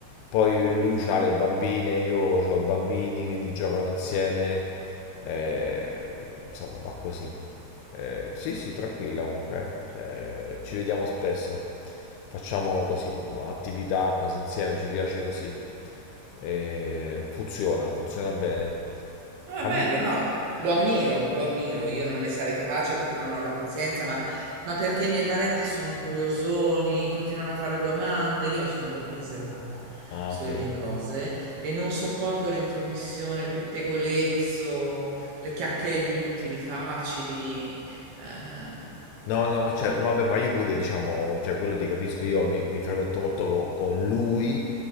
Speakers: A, on the left (about 85°); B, on the right (about 60°).
A: Poi lui ha le bambine, io ho bambini, quindi giocano insieme. Eh, insomma, va così. Eh, sì, sì, tranquilla comunque. eh. Cioè, ci vediamo spesso. Facciamo così, attività, cose insieme, ci piace così. Eh, funziona, funziona bene.
B: Ma
A: Ami-
B: è bello, no, lo ammiro, lo ammiro. Io non ne sarei capace perché non ho la pazienza, ma, ma perché i miei parenti sono curiosoni, continuano a fare domande. Io sono molto riservata
A: Ah,
B: sulle
A: ok.
B: mie cose e non sopporto l'intromissione, il pettegolezzo, le chiacchiere inutili, facili. Eh,
A: No, no, ma certo, no, vabbè, ma io pure, diciamo, cioè quello ti capisco, io mi, mi frequento molto co- con lui